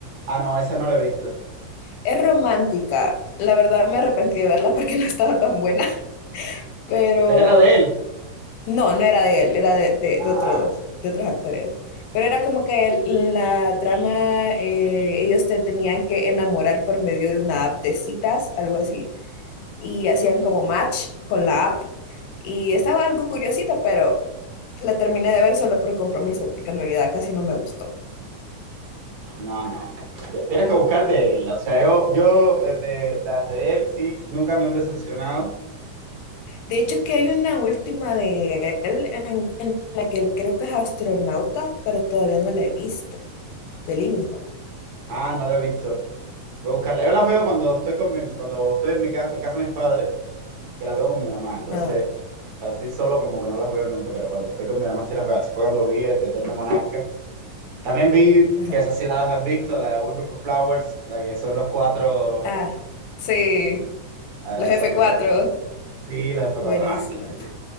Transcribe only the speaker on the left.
Es romántica, la verdad me arrepentí de verla porque <laughs> no estaba tan buena, pero
No, no era de él, era de, de,
de otros, de otros actores. Pero era como que el- la trama, eh, ellos te tenían que enamorar por medio de una app de citas, algo así, y hacían como match con la app. Y estaba algo curiosito, pero la terminé de ver solo por compromiso, porque en realidad casi no me gustó.
De hecho, que hay una última de él en, en la que él creo que es astronauta, pero todavía no la he visto, de Living Hope.
Ah, ok,
ajá.
Ah, sí.
Los
f
cuatro,
buenísima,